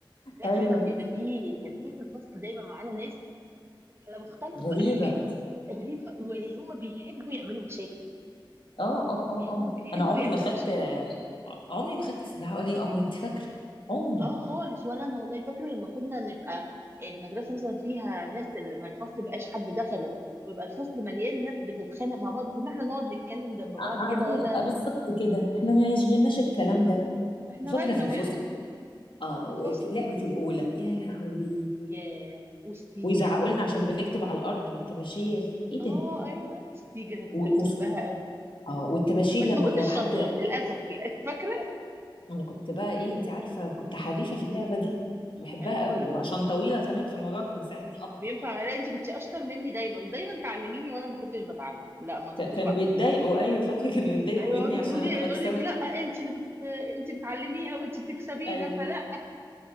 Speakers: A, on the right (about 30°); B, on the left (about 70°).
A: لا
B: ايوه
A: فعلا بيبقى فيه كان فيه في الفصل دايما معانا ناس على مختلف
B: غريبه
A: بقى الحاجات غريبة وهم بيحبوا يعملوا مشاكل
B: اه اه اه
A: يعني
B: اه
A: هم بيحبوا
B: انا عمري
A: يعملوا
B: ما خدت
A: مشاكل وفي-
B: عمري ما خدت سلاح ولا لي امر انت فاكره عمري
A: اه خالص ولا انا والله فاكرة لما كنا نبقى المدرسة مثلا فيها ناس لما الفصل مبقاش حد دخله ويبقى الفصل مليان ناس بتتخانق مع بعض كنا احنا نقعد نتكلم جنب بعض
B: قاعدين
A: كده ولا
B: آه بالظبط كده احنا ما يشغلناش الكلام ده
A: احنا
B: وفاكره
A: مالنا
B: في الفسحه
A: ولا
B: اه
A: في
B: وفي
A: الفسحة
B: لعبة الأولى يا لهوي
A: ياه والسيجة
B: ويزعقوا لنا عشان بنكتب على الأرض بالطباشير ايه
A: اه
B: ده
A: ايوه السيج انا كنت
B: و... و...
A: بحبها قوي
B: اه والطباشير
A: بس
B: لما
A: ما كنتش
B: لو حد
A: شاطره للاسف يعني <laughs> فاكره
B: انا كنت بقى ايه انت عارفة كنت حريفة في اللعبة دي كنت بحبها
A: ايوه
B: قوي وعشان طويلة كمان فالموضوع كان مساعدني اكتر
A: كان بينفع معايا. لا انت كنت اشطر مني دايما ودايما تعلميني وانا ما كنتش بتعلم لا ما كنتش
B: ك- كانوا
A: بقى
B: بيتضايقوا ايوه فاكرة كانوا يتضايقوا
A: ايوه
B: مني
A: يقعدوا
B: عشان
A: يقولوا لي
B: انا
A: يقول
B: بكسبه
A: لك لا انت اللي بت... انت بتعلميها وانت بتكسبينا
B: ايوه
A: فلا